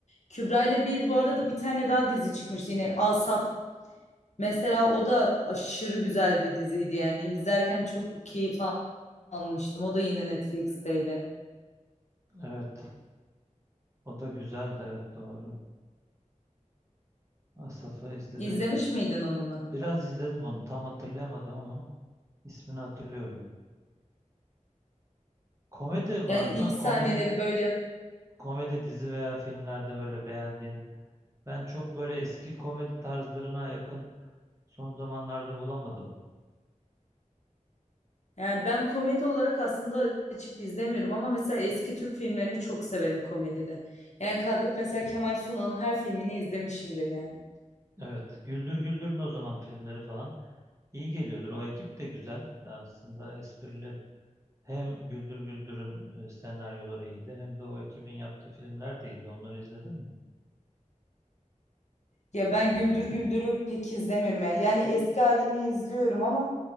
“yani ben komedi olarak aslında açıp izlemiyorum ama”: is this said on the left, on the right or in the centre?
Left